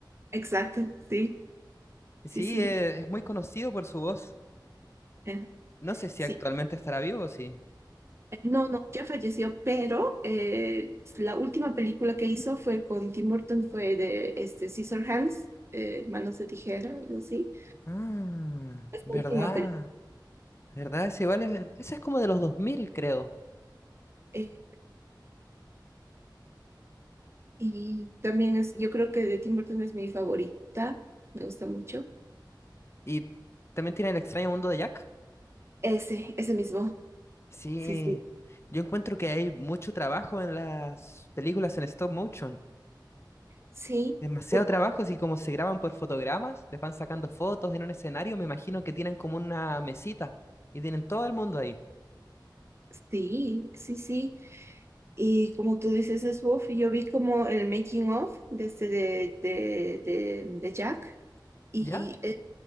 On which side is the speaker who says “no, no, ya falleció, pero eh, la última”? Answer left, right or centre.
Right